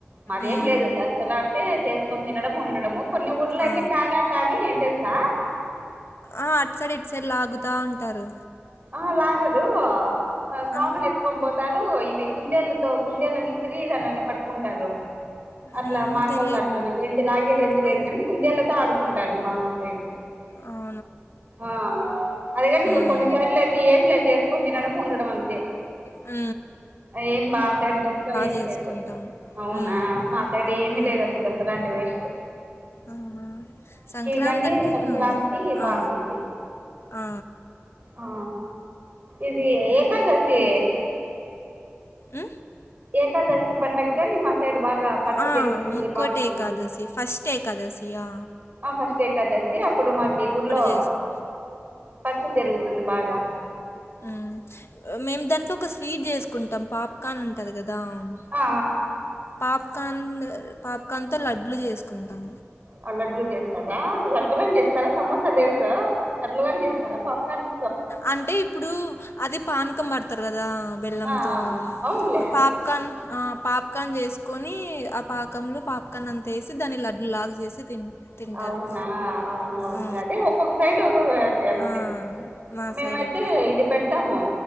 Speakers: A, on the right; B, on the left.
A: మాదేం
B: మ్మ్.
A: లేదు దసరా అంటే చేసుకొని తినడం ఉండడము. కొన్ని ఊర్ల
B: ఆ.
A: అయితే పేడట అని తెలుసా?
B: ఆ అటు సైడ్ ఇటు సైడ్ లాగుతా ఉంటారు
A: అలాగదు స్వామిలు
B: ఆ,
A: ఎత్కొబోద్ తను ఇవి కుందేలతో కుందేలుని ఇసిరి దానిని పట్టుకుంటారు. అట్లా
B: మ్మ్,
A: మా
B: తెలీదు
A: కళ్ళు అట్లనే ఏంది లాగేది ఏంది లేదు
B: ఆ,
A: కాని కుందేళ్లతో ఆడుకుంటారు మా మా సైడ్
B: ఆ
A: ఆ అదేగాని
B: మ్మ్.
A: కొన్ని సర్లే లేయితే ఏం లేదు చేసుకుని తినడం ఉండడం అంతే.
B: ఉ
A: ఏం బా సైడ్ దసరా ఏమి
B: జేసుకుంటాం.
A: లేదు అవునా
B: హ్మ్.
A: మా సైడ్ ఏమి
B: హ్మ్.
A: లేదు అసలు దసరా అంటే వేస్టు
B: అవునా సంక్రాంతి
A: గాని
B: అంటే
A: సంక్రాంతి
B: ఇంగ మెము
A: బాగుంటుంది
B: ఆ ఆ
A: ఆ ఇది ఏకాదశి
B: అ
A: ఏకదశి పండగ్గాని మా సైడ్ బాగా పరుసు
B: ఆ
A: జరుగుతుంది
B: ముక్కోటి
A: బాగుంటుంది
B: ఏకాదశి ఫస్ట్ ఏకాదశియా
A: ఆ ఫస్ట్ ఏకాదశి అప్పుడు మాకి ఊర్లో
B: జేసుకు
A: పరిచ జరుగుతుంది బాగా
B: మ్ మేము దాంట్ ఒక స్వీట్ చేసుకుంటాం పాప్కార్న్ ఉంటంది కదా దా
A: ఆ
B: పాప్కాన్ పాప్కాన్తో లడ్లు చేసుకుంటాం.
A: ఆ లడ్లు చేస్తారా లడ్లు గాని చేస్తారా సమోసా తెలుసు లడ్లు గాని చేస్తారా పాపకార్న్
B: అంటే ఇప్పుడు అది పానకం పడతారు కదా బెల్లంతో
A: ఆ ఆ అవునులే
B: పాప్కన్ అ పాప్ పకాన్ చేసుకొని ఆ పాకంలో పాపకన్ అంత వేసి దాన్ని లడ్ లాగ చేసి తిం తింటారు
A: అవునా అవునులా అవునులే
B: ఆ,
A: అదే ఒక్కొక్క సైడ్ ఒక్కొక్క గంతే
B: ఆ, మా
A: మేమైతే
B: సైడ్ అట్లా
A: ఇది పెడతాము